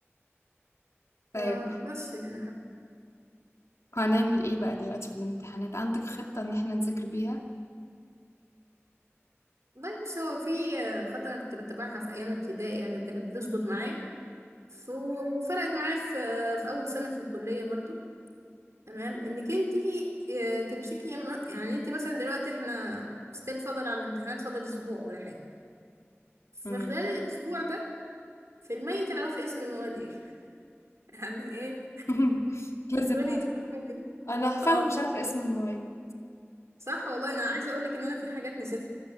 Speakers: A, on the left (about 90°); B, on the right (about 80°).
A: طيب
B: فبس يعني حتى
A: هنعمل ايه بقى دلوقتي في الامتحانات عندك خطة ان احنا نذاكر بيها؟
B: والله بص هو في خطة أنا كنت بتبعها في أيام ابتدائي يعني وكانت بتظبط معايا ف- وفرقت معايا في في أول سنة في الكلية برضو تمام انك انت آه، تمسكي يم- يعني انت مثلا دلوقتي احنا ستيل فاضل على الامتحانات فاضل اسبوع ولا حاجه في
A: مم.
B: خلال الاسبوع ده في المية تعرفي اسم المواد ايه <laughs> يعني ايه
A: <laughs> لازم
B: تدخلي
A: أعرف.
B: تتفرجي
A: انا فعلا
B: اه
A: مش عارفة اسم الموبايل
B: صح والله انا عايزه اقول لك ان انا في حاجات نسيتها